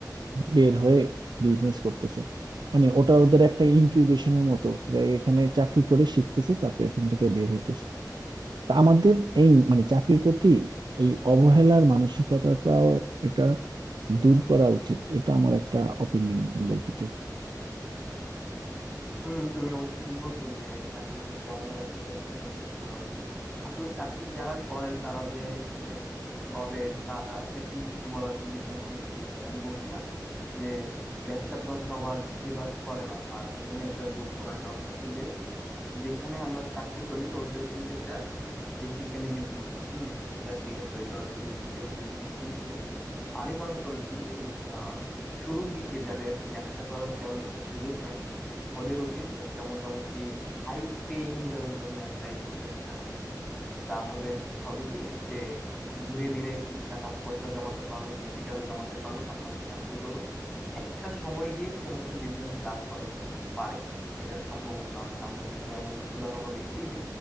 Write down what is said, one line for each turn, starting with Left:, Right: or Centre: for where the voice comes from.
Right: বের হয়ে বিজনেস করতেছে মানে ওটা ওদের একটা ইনকিউবেশনের মতো ওরা এখানে চাকরি করে শিখতেছে তারপর এখান থেকে বের হইতেছে তা আমাদের এই মানে চাকরির প্রতি এই অবহেলার মানসিকতাটাও এটা দূর করা উচিত এটা আমার একটা অপিনিয়ন বলতে চাই
Centre: হুম তুমি অবশ্য ঠিক বলছো যে চাকরির প্রতি অবহেলা যেটা আছে এটা দূর করা উচিত আসলে চাকরি যারা করে তারা যে আহ, গবের গাদা এরকম কিছু বলার কিন্তু এখানে কোনো সুযোগ নেই আমি বলছি না যে ব্যবসা তো সবার ফেভার করে না আর তুমি একটা গুড পয়েন্ট আউট করছো যে যেখানে আমরা চাকরি করি ওইটাও কিন্তু একটা বেসিক্যালি বিজনেস হুম এটা ঠিক আছে ওইটাও একটা বেসিক্যালি বিজনেস কিন্তু আমি মনে করি কি আহ, শুরুর দিকে যাদের ব্যবসা করার তেমন একটা সুযোগ নাই ওদের উচিত একটা মোটামুটি হাই পেইং জবের জন্য অ্যাপ্লাই করতে থাকা তাহলে সে- হবে কি সে ধীরে ধীরে কিছু টাকা পয়সা জমাতে পারলো ক্যাপিটালও জমাতে পারলো পাশাপাশি চাকরি করলো একটা সময় গিয়ে সে হয়তো বিজনেস দাঁড় করাইতে পারে এটার সম্ভাবনা আছে আমরা কিন্তু এমন উদাহরণও দেখছি